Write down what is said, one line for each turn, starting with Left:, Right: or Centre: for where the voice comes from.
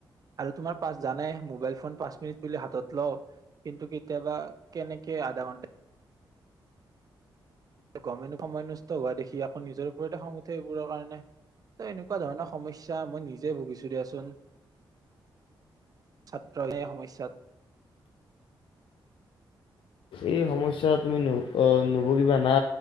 Right: আৰু তোমাৰ পাছ জানাই মোবাইল ফোন পাঁচ মিনিট বুলি হাতত লওঁ। কিন্তু কেতিয়াবা কেনেকে আধা ঘন্টা গমেই নাপাওঁ, সময় নষ্ট হোৱা দেখি আকৌ নিজৰ ওপৰতে খং উঠে এইবোৰৰ কাৰণে। তই এনেকুৱা ধৰণৰ সমস্যা মই নিজে ভুগিছো দিয়াচোন ছাত্ৰ সমস্যাত
Left: এই সমস্যা তুমি নুবোজিব না